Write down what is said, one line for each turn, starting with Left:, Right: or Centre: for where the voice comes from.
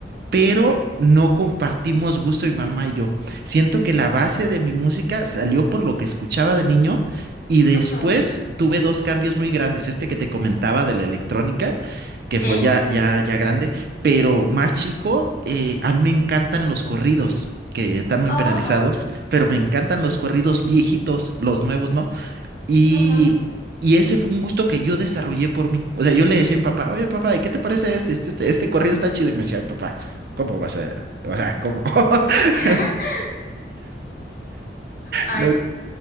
Right: pero no compartimos gusto mi mamá y yo. Siento que la base de mi música salió por lo que escuchaba de niño y después
Left: ujú,
Right: tuve dos cambios muy grandes, este que te comentaba de la electrónica, que
Left: ¿Sí?
Right: fue ya ya ya grande, pero más chico, eh, a mí me encantan los corridos. que están muy
Left: Ajá,
Right: penalizados, pero me encantan los corridos viejitos, los nuevos, ¿no? Y,
Left: ujú.
Right: y ese fue un gusto que yo desarrollé por mí. O sea, yo le decía a mi papá, oye, papá, ¿y qué te parece este? Este, este, este corrido está chido. Y me decía mi papá, ¿cómo vas a...? O sea, ¿cómo? <laughs>
Left: <laughs> Ay.
Right: No,